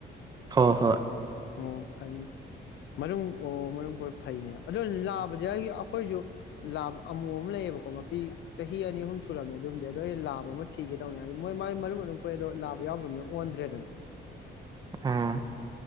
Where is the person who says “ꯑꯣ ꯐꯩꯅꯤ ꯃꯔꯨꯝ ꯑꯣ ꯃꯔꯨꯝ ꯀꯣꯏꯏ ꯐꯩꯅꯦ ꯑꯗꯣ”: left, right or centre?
Left